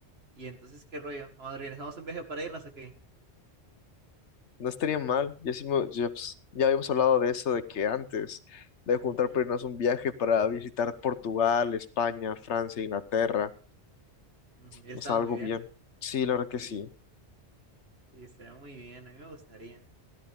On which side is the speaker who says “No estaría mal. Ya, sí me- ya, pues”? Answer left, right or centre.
Left